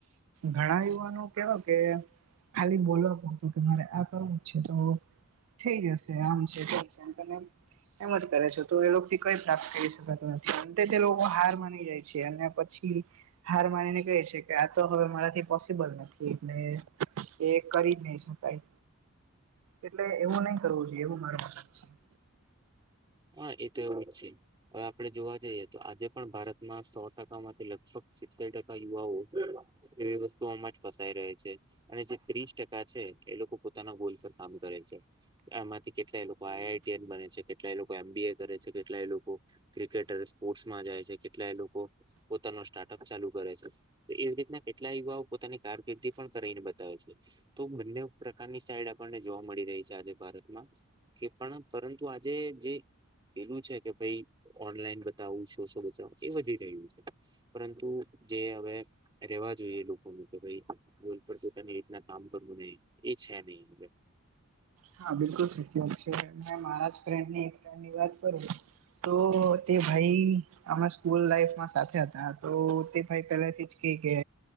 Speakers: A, on the right; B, on the right.
A: ઘણા યુવાનો કેવું કે ખાલી બોલવા હતું કે મારે આ કરવું છે તો થઈ જશે આમ છે તેમ છે એમ ત એમજ કરે છે તો એ લોકો થી કઈ સ્ટેટ કરી શકાતું નથી. તે લોકો હાર માની જાય છે અને પછી હાર માનીને છે કે આ તો હવે મારાથી પોસિબલ નથી એટલે એ કરી જ નહી શકાય. એટલે એવું નહી કરવું જોઈએ એવું મારુ માનવુ છે
B: હા એ તો એવું જ છે. હવે આપે જોવા જઈએ તો આજે પણ ભારતમાં સો ટકા માંથી લગભગ સિત્તેર ટકા યુવાઓ એવી વસ્તુમાં જ ફસાઈ રહે છે અને જે ત્રીસ ટકા છે એ લોકો પોતાના ગોલ કામ કરે છે એમાંથી કેટલાય લોકો આઆઈટીન બને છે કેટલાય લોકો કોએ એમ બી એ કરે છે કેટલાય લોકો ક્રિકેટર સ્પોર્ટ્સમાં જાય છે કેટલાય લોકો પોતાનો સ્ટાર્ટઅપ ચાલુ કરે છે તો એવી રીતના કેટલા યુવાઓ પોતાની કારકિર્દી પણ કરીને બતાવે છે. તો બંને પ્રકારની સાઈડ આપણને જોવા મળી રહી છે આજે ભારતમાં કે પણ પરંતુ આજે જે. પેલું છે કે ભાઈ ઓનલાઈન બતાવું શો શો બચાઉ એ વધી રહ્યું છે. પરંતુ જે હવે. રેવા જોઈએ લોકોનું કે ભાઈ રોજ પણ પોતાની રીતના કામ કરવું રે એ છે નહી.
A: હા બિલકુલ સત્ય વાત છે કે મારા જ ફેન્ડ ની વાત પર તો તે ભાઈ. અમે સ્કૂલ લાઈફમાં સાથે હતા તો તે ભાઈ પહેલા થી જ કે કે